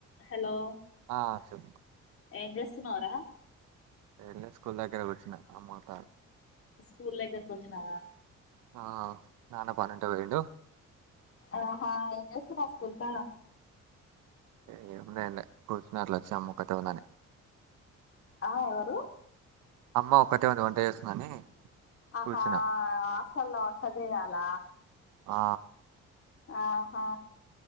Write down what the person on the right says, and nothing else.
ఆ చెప్
ఏంలేదు స్కూల్ దగ్గర కూర్చున అమ్మోతా
ఆ నాన్న పనుంటే పోయిండు
ఏ ఏం లే లే కూర్చున్న అట్లా వచ్చి అమ్మ ఒక్కతే ఉందని
అమ్మ ఒక్కతె ఉంది వంట చేస్తుందని
కూర్చున్నా
ఆ